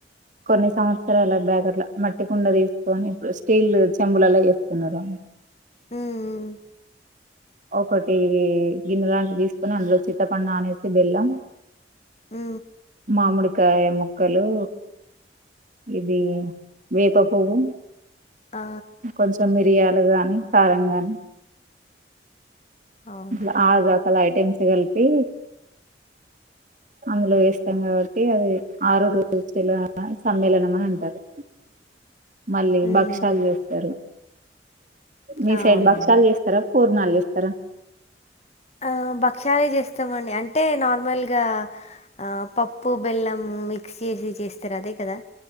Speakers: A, on the right; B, on the left.
A: కొన్ని సంవత్సరాల బ్యాకట్ల, మట్టికుండా తీస్కొని స్టీల్ చెంబులల్లొ ఏస్తున్నరు
B: హుహు
A: ఒకటీ గిన్నె లాంటివి తీసుకొని, అందులో చిత్తపండు నానేసి, బెళ్ళం
B: హు
A: మామిడికాయ ముక్కలు, ఇది వేప పువ్వు
B: ఆ
A: కొంచం మిర్యా లు గాని, కారం గాని
B: అవునా
A: ట్ల ఆగక్ అలా ఐటెమ్స్ కలిపీ, అందులో ఏస్తం గాబట్టి అది, ఆరు రుచుల సమ్మేళనం అని అంటరు. మళ్ళీ
B: ఉమ్
A: భక్షాలు చేస్తరు. మీ
B: అవునవును
A: సైడ్ బక్షాలు జెస్తర, పూర్ణాలు జేస్ తర
B: ఆ భక్ష్యాలే జేస్తమండి. అంటే నార్మల్గా ఆ పప్పు, బెల్లం మిక్స్ చేసి, చేస్తర్ అదేకదా!